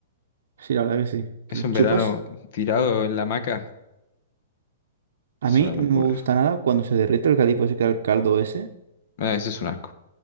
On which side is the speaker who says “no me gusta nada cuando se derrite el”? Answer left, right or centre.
Right